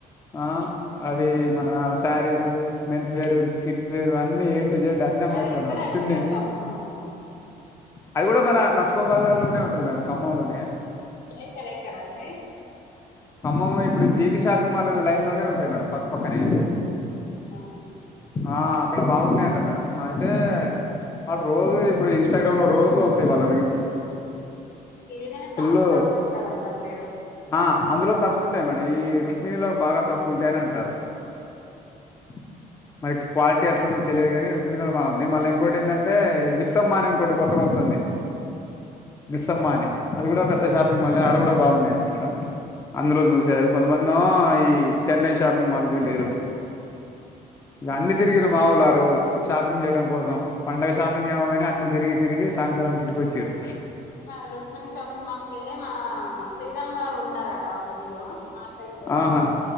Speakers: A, on the left; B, on the left.
A: ఆ అవి మన శారీసు, మెన్స్ వేరు, స్కిట్స్ వేరు అన్ని ఏ జడ్ అన్నమ్మేతాండు
B: అది ఎక్కడండి
A: వాడు, చున్ని
B: ఆ షాపింగ్ మాల్
A: అది కూడా మన కస్బా బజార్ లోనే ఉంటది మేడం, ఖమ్మంలో లోనే
B: ఎక్కడ ఎక్కడండి
A: ఖమ్మము ఇప్పుడు జీవి షాపింగ్ మాల్ లైన్ లోనే ఉంటయి మేడం, పక్కపక్కనే
B: అవునా
A: ఆ అక్కడ బాగున్నాయంట మేడం, మా అయితే వాడు రోజు ఇప్పుడు ఇంస్టాగ్రామ్ లో రోజు వత్తాయి వాళ్ళ రీల్స్.
B: ఏదైనా
A: ఫుల్
B: కాస్ట్ తక్కువ ఉంటది అంటారూ మీరు.
A: ఆ అందులో తక్కువ ఉంటాయి మేడం, ఈ రుక్మిణిలో బాగా తక్కువ ఉంటాయని అంటారు. <inaudible> మరి క్వాలిటీ ఎట్లుందో తెలియదు గాని రుక్మిణిల బాగుంది మళ్ళీ ఇంకోటి ఏంటంటే మిస్సమ్మని ఇంకోటి కొత్తగొత్తంది మిస్సమ్మ అని అది గూడా పెద్ద షాపింగ్ మాలే ఆడ గుడా బాగున్నాయంట మేడం అందులో జూసారు కొంతమందో ఈ చెన్నై షాపింగ్ మాల్కో యెళ్లిర ఇగ అన్ని తిరిగిరూ మావోళ్ళు ఆ రోజు షాపింగ్ చేయడం కోసం పండుగ షాపింగ్ ఏమోగానీ అన్ని తిరిగి తిరిగి సాయంత్రంకింటికొచ్చిర్రు
B: అదే మా రుక్మిణి షాపింగ్ మాల్కెళ్ళి మా శ్రీరామ్ గారు ఉంటారంట వాళ్ళ ఇల్లు మా ఫ్రెండు
A: ఆహా